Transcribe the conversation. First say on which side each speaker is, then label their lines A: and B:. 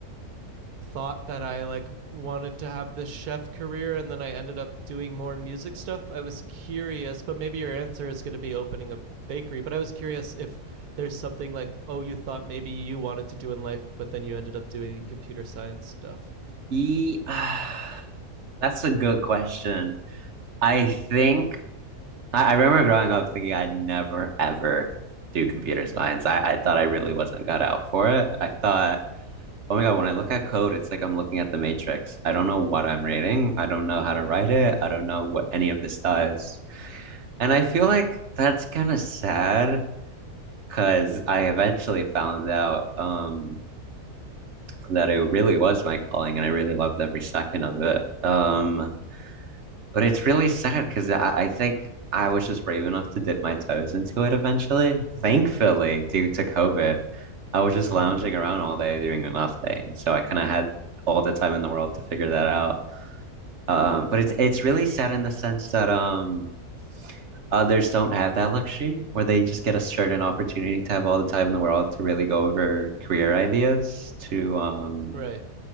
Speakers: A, on the right (about 75°); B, on the right (about 50°).
A: thought that I like wanted to have this chef career and then I ended up doing more music stuff. I was curious, but maybe your answer is going to be opening a bakery, but I was curious if there's something like oh you thought maybe you wanted to do in life but then you ended up doing computer science stuff.
B: E- <sighs> That's a good question. I think. I, I remember growing up thinking I'd never ever do computer science. I, I thought I really wasn't cut out for it. I thought, oh my God, when I look at code, it's like I'm looking at the matrix. I don't know what I'm reading. I don't know how to write it. I don't know what any of this does. And I feel like that's kind of sad because I eventually found out um that it really was my calling and I really loved every second of it. Um But it's really sad because I, I think I was just brave enough to dip my toes into it eventually. Thankfully, due to COVID, I was just lounging
A: Mhm.
B: around all day doing nothing. So I kind of had all the time in the world to figure that out. Um, but it's it's really sad in the sense that um others don't have that luxury where they just get a certain opportunity to have all the time in the world to really go over career ideas to um
A: Right.